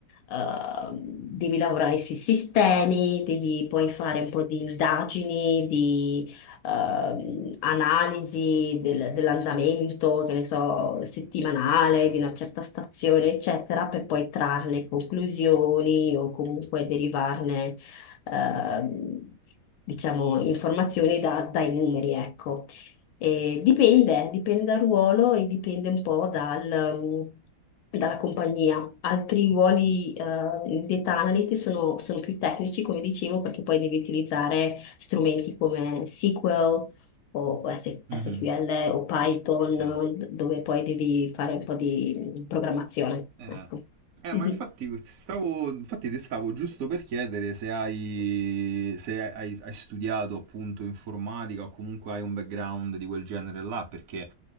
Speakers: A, on the left (about 80°); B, on the right (about 60°).
A: eh, devi lavorare sui sistemi, devi poi fare un po' di indagini, di ehm, analisi del- dell'andamento, che ne so, settimanale di una certa stazione, eccetera, per poi trarne conclusioni o comunque derivarne, ehm, diciamo, informazioni da- dai numeri, ecco. E dipende, dipende dal ruolo e dipende un po' dal, um, dalla compagnia. Altri ruoli eh, di data analyst sono, sono più tecnici, come dicevo, perché poi devi utilizzare strumenti come SQL o S- SQL
B: Mhm,
A: o Python,
B: sì.
A: d- dove poi devi fare un po' di programmazione.
B: Eh,
A: Ecco.
B: Eh,
A: Mhm.
B: ma infatti stavo, infatti ti stavo giusto per chiedere se hai, se hai, hai studiato appunto informatica o comunque hai un background di quel genere là, perché